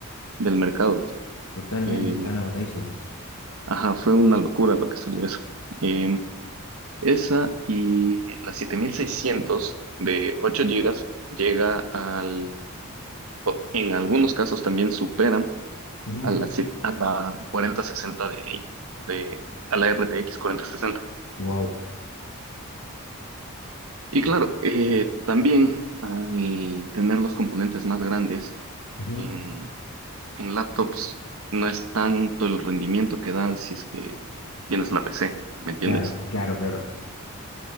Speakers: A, on the right (about 75°); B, on the left (about 80°).
A: del mercado.
B: totalmente.
A: Eh,
B: Están agotadísimas.
A: Ajá, fue una locura lo que salió eso. Eh, esa y la 7600 de 8 gigas llega al, o en algunos casos también superan
B: ujú,
A: a la, si- a la cuarenta sesenta de, de, a la RTX sesenta.
B: Wow.
A: Y claro, eh, también al tener los componentes más grandes
B: ujú.
A: en, en laptops, no es tanto el rendimiento que da si es que tienes la PC, ¿me entiendes?
B: Claro, claro, claro.